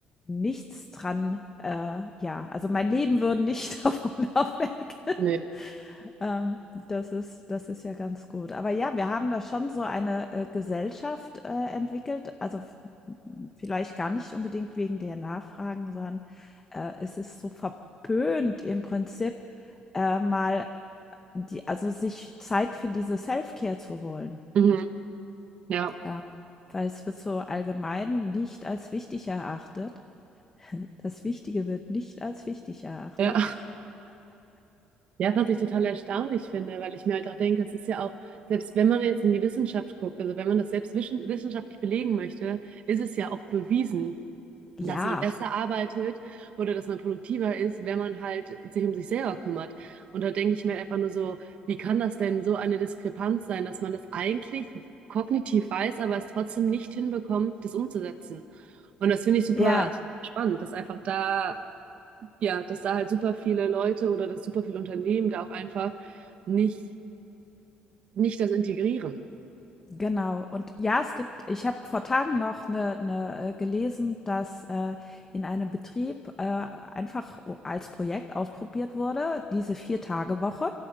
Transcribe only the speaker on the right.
Nee.
Mhm. Ja.
Ja. ja, was ich total erstaunlich finde, weil ich mir halt auch denke, es ist ja auch, selbst wenn man jetzt in die Wissenschaft guckt, also wenn man das selbst wischen- wissenschaftlich belegen möchte, ist es ja auch bewiesen,
dass man besser arbeitet oder dass man produktiver ist, wenn man halt sich um sich selber kümmert. Und da denke ich mir einfach nur so, wie kann das denn so eine Diskrepanz sein, dass man das eigentlich kognitiv weiß, aber es trotzdem nicht hinbekommt, das umzusetzen. Und das finde ich super
spannend, dass einfach da, ja, dass da halt super viele Leute oder dass super viele Unternehmen da auch einfach nicht, nicht das integrieren.